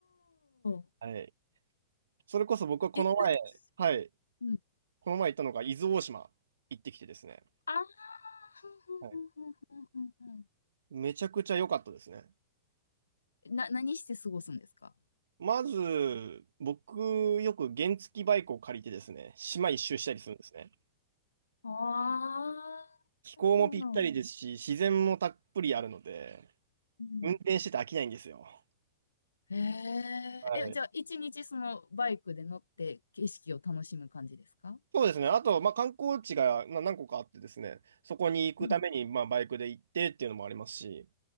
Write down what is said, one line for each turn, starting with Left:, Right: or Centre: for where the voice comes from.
Left: ー、
Right: はい。それこそ僕はこの前、
Left: いず、
Right: はい。
Left: うん。
Right: この前行ったのが伊豆大島行ってきてですね。
Left: あー、ふんふんふんふんふんふん
Right: はい。めちゃくちゃ良かったですね。
Left: ふんな、何して過ごすんですか
Right: まず、僕、よく原付バイクを借りてですね、島一周したりするんですね。
Left: あ
Right: 気候もぴったりですし、
Left: あー、
Right: 自然もたっぷりあるので、
Left: うん。
Right: 運転してて飽きないんですよ。
Left: へ
Right: はい。
Left: え、え、じゃあ、一日そのバイクで乗って景色を楽しむ感じですか
Right: そうですね。あと、まあ、観光地がな何個かあってですね、そこに行くために、
Left: うん。
Right: まあ、バイクで行ってっていうのもありますし、